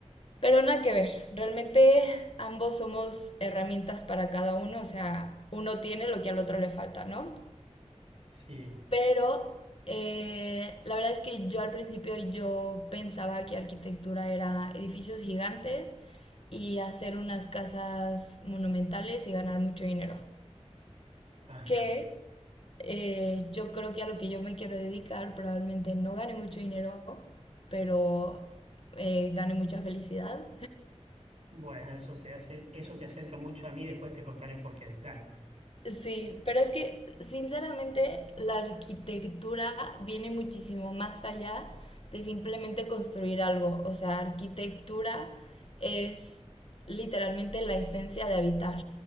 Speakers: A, on the left; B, on the right.
A: pero nada que ver. Realmente ambos somos herramientas para cada uno, o sea, uno tiene lo que al otro le falta, ¿no?
B: Sí.
A: Pero eh, la verdad es que yo al principio yo pensaba que arquitectura era edificios gigantes y hacer unas casas monumentales y ganar mucho dinero.
B: Ajá.
A: Que eh, yo creo que a lo que yo me quiero dedicar probablemente no gane mucho dinero, pero eh, gane mucha felicidad.
B: Bueno, eso te hace, eso te acerca mucho a mí, después te contaré por qué. Dale.
A: Sí, pero es que sinceramente la arquitectura viene muchísimo más allá de simplemente construir algo. O sea, arquitectura es literalmente la esencia de habitar.